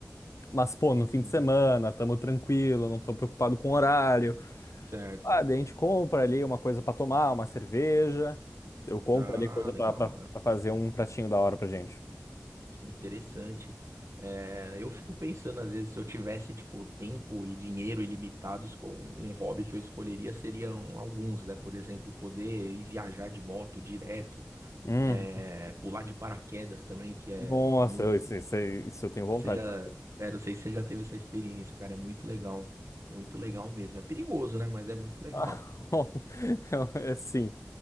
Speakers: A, on the left; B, on the right.
A: Mas, pô, no fim
B: Uhum.
A: de semana, tamo tranquilo, não tô preocupado com o horário.
B: Certo.
A: Ah, daí a gente compra ali uma coisa pra tomar, uma cerveja. Eu compro
B: Ah,
A: ali coisa
B: legal,
A: pra, pra, pra
B: cara.
A: fazer um pratinho da hora pra gente.
B: Interessante. É, eu fico pensando, às vezes, se eu tivesse, tipo, tempo e dinheiro ilimitados com um hobby que eu escolheria, seriam alguns, né? Por exemplo, poder ir viajar de moto direto,
A: Hum,
B: é, pular de paraquedas também, que é
A: nossa,
B: muito.
A: eu- isso, isso, isso eu tenho vontade
B: Você já,
A: de fazer.
B: é, não sei se você já teve essa experiência, cara, é muito legal. Muito legal mesmo. É perigoso, né? Mas é muito legal.
A: Ah, <laughs> é sim,